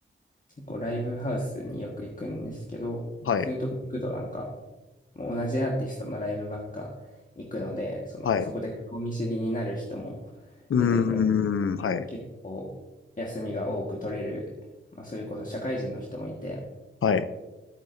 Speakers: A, on the left (about 40°); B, on the left (about 80°).
A: 結構ライブハウスによく行くんですけど、
B: はい。
A: そういうとこ行くとなんか、もう同じアーティストのライブばっか行くので、その、
B: はい。
A: そこで顔見知りになる人も
B: う
A: 出てくるね。
B: ーん、はい。
A: 結構休みが多く取れる、まあそれこそ社会人の人もいて、
B: はい。